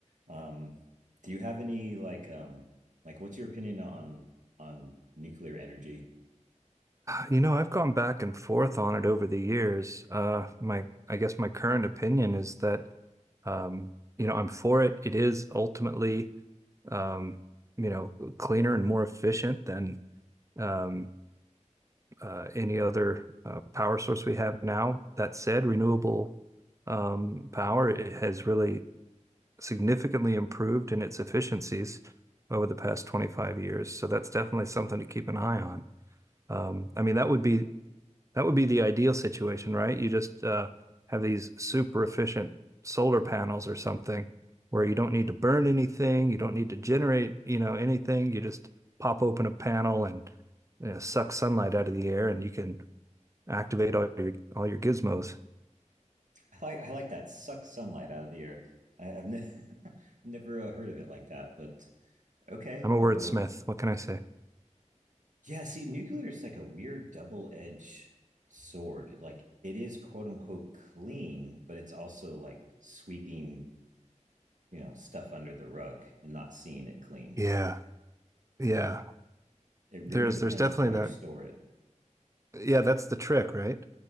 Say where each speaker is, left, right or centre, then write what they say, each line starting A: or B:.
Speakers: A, on the right (about 80°); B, on the right (about 25°).
A: Um, do you have any like, um, like, what's your opinion on on nuclear energy?
B: You know, I've gone back and forth on it over the years. Uh, my, I guess my current opinion is that, um, you know, I'm for it. It is ultimately, um, you know, cleaner and more efficient than, um, uh, any other uh, power source we have now. That said, renewable um, power it has really significantly improved in its efficiencies over the past 25 years. So that's definitely something to keep an eye on. Um, I mean, that would be that would be the ideal situation, right? You just uh, have these super efficient solar panels or something where you don't need to burn anything, you don't need to generate, you know, anything. You just pop open a panel and you know, suck sunlight out of the air, and you can activate all your all your gizmos.
A: I like I like that suck sunlight out of the air. I, I've ne- <laughs> never uh, heard of it like that, but okay,
B: I'm a
A: I'll
B: wordsmith.
A: go with it.
B: What can I say?
A: Yeah, see, nuclear is like a weird double edged sword. Like it is quote unquote clean, but it's also like sweeping you know stuff under the rug and not seeing it clean
B: Yeah, yeah.
A: it really
B: There's
A: depends
B: there's definitely
A: on how you
B: that.
A: store it
B: Yeah, that's the trick, right?